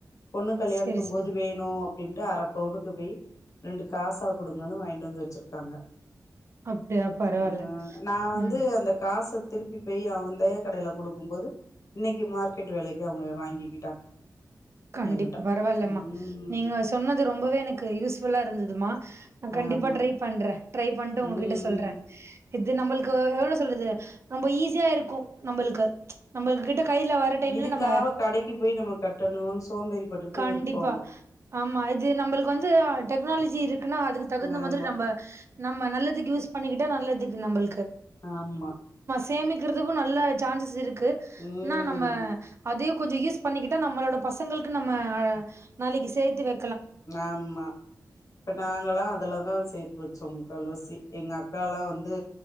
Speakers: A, on the left; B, on the right.
A: பொண்ணு கல்யாணத்து
B: செரி செரி
A: போது க்கோ அப்டின்ட்டு அர பவுனுக்கு போய் ரெண்டு காசா குடுங்கன்னு வாய்ன்ட்டு வந்து வச்சிருக்காங்க
B: அப்படியா பரவால்ல.
A: ஆ நா வந்து
B: ம்.
A: அந்த காச திருப்பி போய் அவன் அதே கடைல குடுக்குபோது இன்னைக்கு மார்க்கெட் வெலைக்கே அவுங்க வாங்கிக்கிட்டாங்க
B: கண்டிப்
A: என்கிட்ட
B: பரவால்லமா
A: ம்
B: நீங்க சொன்னது ரொம்பவே எனக்கு யூஸ்ஃபுல்லா இருந்ததுமா நா கண்டிப்பா
A: ஆமா
B: ட்ரை பண்றே ட்ரை பண்ட்டு ஒங்ககிட்ட
A: ம்
B: சொல்றே இது நம்பளுக் க்கு எவ்ளோ சொல்றது ரொம்ப ஈஸியா இருக்கு நம்ளுக்கு நம்ளுக்கிட்ட கைல வர டைம்ல
A: இதுக்காக
B: நம்ம
A: கடைக்கு போய் நம்ம கட்டணுன்னு சோம்பேறி பட்டுக்கிட்டு
B: கண்டிப்பா
A: இருப்போ
B: ஆமா இது நம்மளுக்கு வந்து அ டெக்னாலஜி இருக் க்குனா அதுக்கு தகுந்த
A: ஆமா
B: மாதிரி நம்ப நம்ம நல்லதுக்கு யூஸ் பண்ணிக்கிட்டா நல்லதுக்கு நம்பளுக்
A: ஆமா
B: சேமிக்கிறதுக்கு நல்ல சான்சஸ் இருக்கு
A: ம்
B: என்னா நம்ம அதையு கொஞ்சொ யூஸ் பண்ணிகிட்டா நம்மளோட பசங்களுக்கு நம்ம அ நாளைக்கு சேர்த்து வ
A: ஆமா இப்ப நாங்களா அதுலதா சேத்து வச்சோம் அக்கா லோசி எங்க அக்கால்லா வந்து